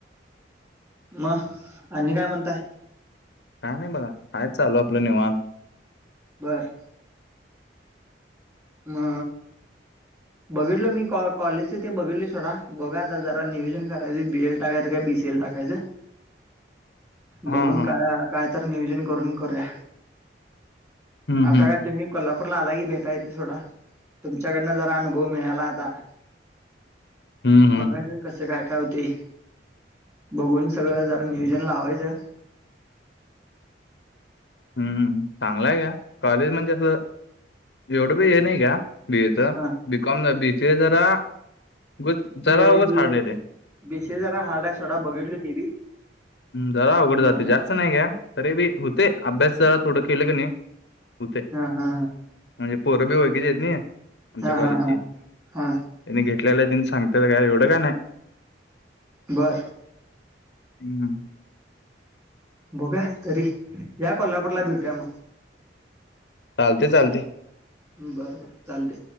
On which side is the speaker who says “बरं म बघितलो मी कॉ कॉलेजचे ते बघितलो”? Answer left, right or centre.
Right